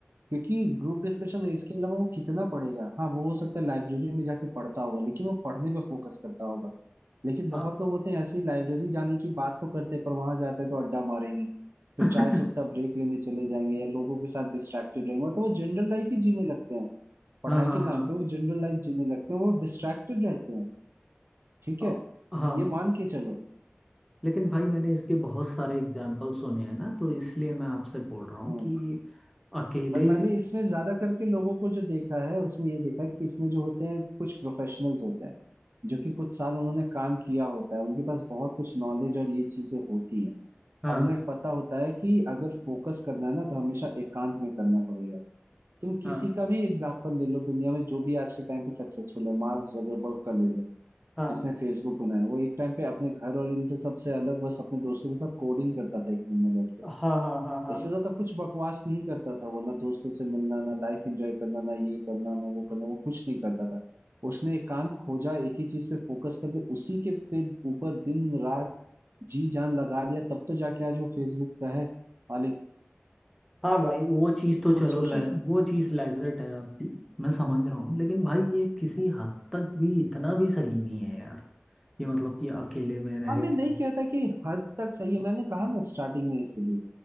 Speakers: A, on the right (about 70°); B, in the centre.
A: क्योंकि ग्रुप डिस्कशन है, इसके अलावा वो कितना पढ़ेगा हाँ वो हो सकता है लाइब्रेरी में जाके पढ़ता होगा लेकिन वो पढ़ने पे फोकस करता होगा लेकिन बहुत
B: हाँ
A: लोग होते हैं ऐसे ही लाइब्रेरी जाने की बात तो करते हैं पर वहां जाते हैं तो अड्डा मारेंगे तो
B: <laughs>
A: चाय सुट्टा ब्रेक लेने चले जाएंगे या लोगों के साथ डिस्ट्रैक्टेड रहेंगे तो वो जनरल लाइफ ही जीने लगते हैं पढ़ाई
B: हाँ हाँ
A: के
B: हाँ
A: नाम पे वो जनरल लाइफ जीने लगते हैं वो डिस्ट्रैक्टेड रहते हैं ठीक
B: अ-
A: है
B: हाँ
A: ये मान के चलो
B: लेकिन भाई मैंने इसके बहुत सारे एग्जाम्पल सुने हैं ना तो इसलिए मैं आपसे बोल रहा हूँ
A: हम्म
B: कि अकेले
A: और मैंने इसमें ज्यादा करके लोगों को जो देखा है उसमें ये देखा है कि इसमें जो होते हैं कुछ प्रोफेशनल्स होते हैं जो कि कुछ साल उन्होंने काम किया होता है उनके पास बहुत कुछ नॉलेज और ये चीजें होती हैं
B: हाँ
A: और उन्हें पता होता है कि अगर फोकस करना है ना तो हमेशा एकांत में करना पड़ेगा तुम
B: हाँ
A: किसी का भी एग्जाम्पल ले लो दुनिया में जो भी आज के टाइम पे सक्सेसफुल है मार्क जगरबर्ग का ले लो
B: हाँ
A: जिसने फेसबुक बनाया वो एक टाइम पे अपने घर और इनसे सबसे अलग बस अपने दोस्तों के साथ कोडिंग करता था एक रूम में बैठ के
B: हाँ हाँ हाँ हाँ
A: इससे ज्यादा कुछ बकवास नहीं करता था वो ना दोस्तों से मिलना ना लाइफ एंजॉय करना ना ये करना ना वो करना वो कुछ नहीं करता था उसने एकांत खोजा एक ही चीज पे फोकस करके उसी के पे ऊपर दिन रात जी जान लगा दिया तब तो जाके आज वो फेसबुक का है मालिक
B: हाँ भाई वो चीज़ तो चलो
A: खुद सोचो
B: ले, वो चीज़ लेजर्ट है आपकी मैं समझ रहा हूँ लेकिन भाई ये किसी हद तक भी इतना भी सही नहीं है यार ये मतलब कि अकेले में रह
A: हाँ मैं
B: के
A: नहीं कहता कि हद तक सही है मैंने कहा ना स्टार्टिंग में इसीलिए